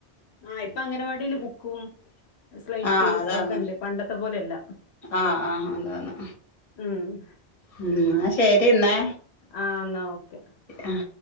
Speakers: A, on the left; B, on the left.
A: ആഹ് ഇപ്പ അംഗൻവാടില് ബുക്കും സ്ലൈറ്റ്
B: ആഹ് അതാന്ന്
A: അതൊക്കെണ്ട് പണ്ടത്തെ പോലെ അല്ല
B: ആഹ് ആഹ് അതാന്ന്
A: മ്മ്
B: ഉം ന്നാശെരിന്നെ
A: ആഹ് എന്നാ ഓക്കെ
B: ആഹ്